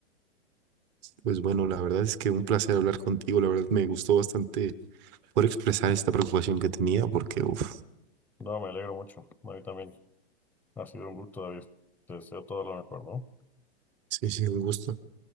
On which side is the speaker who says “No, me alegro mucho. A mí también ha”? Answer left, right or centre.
Centre